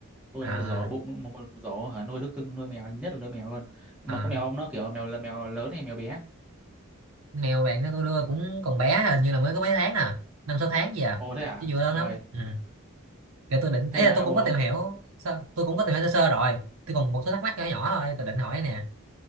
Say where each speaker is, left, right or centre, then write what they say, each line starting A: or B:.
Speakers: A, in the centre; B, on the right.
A: Tôi
B: À,
A: là một giỏ bụng một, một giỏ hả nuôi thú cưng nuôi mèo nhất là nuôi mèo luôn. Mà
B: à,
A: có mèo ông nó kiểu mèo là mèo lớn hay mèo bé?
B: mèo bạn đó tôi đưa cũng còn bé, hình như là mới có mấy tháng à, năm sáu tháng gì à,
A: Ồ thế à?
B: chứ vừa
A: Trời
B: lớn
A: ơi.
B: lắm. Ừ. Kiểu tôi định,
A: Thế
B: ấy
A: là
B: là tôi
A: ồ,
B: cũng có tìm hiểu, sơ- tôi cũng có tìm hiểu sơ sơ rồi, tôi còn một số thắc mắc nhỏ nhỏ thôi, tôi định hỏi nè,